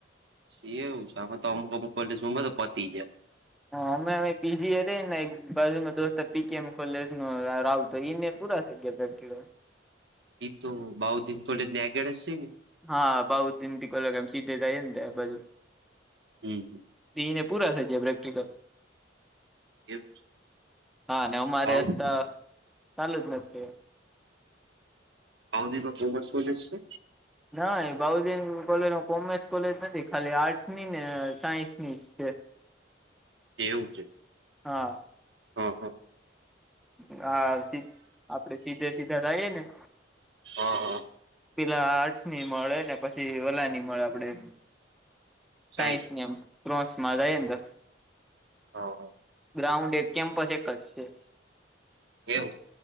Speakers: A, on the right; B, in the centre.
A: છેવ અમેતો તો અમુકમુ તો પતી ગયા.
B: હા, અમે અવે પી. જી. એ રહીયેને એક બાજુનો દોસ્તાર બી. કોમ. કોલેજ તો, એને પૂરા થઈ ગયા પ્રેકટીકલ.
A: એ તો બા ઉ દિન કોલેજ અગાડ હશે ને.
B: હા, બો દિવસથી સીધે કોલેજ થાય ને જાયે બાજુ
A: હમ.
B: ને પૂરા થઈ જાય પ્રેક્ટિકલ.
A: એવું છે
B: હા, અમારે
A: બાઉ-
B: હજી ચાલુ જ નથી છે.
A: <unintelligible> બો મસ્ત કોલેજ છે.
B: નહી, બો દીન કોલેજ કોમર્સ કોલેજ નથી, ખાલી આર્ટસની ને સાયન્સની છે. <inaudible>
A: એવું છે,
B: હા
A: હા, હા.
B: હા, આપણે સીધે સીધા જાઈએ ને
A: હા હા.
B: પેલા આર્ટ્સની મળે ને પછી ઓલાની મળે આપણેે કાંઈજ
A: સાયન્સ ની.
B: નહિ ક્રોસમાં રહીએને
A: હા, હા.
B: ગ્રાઉન્ડ એક, કેમ્પસ એક જ છે.
A: એવું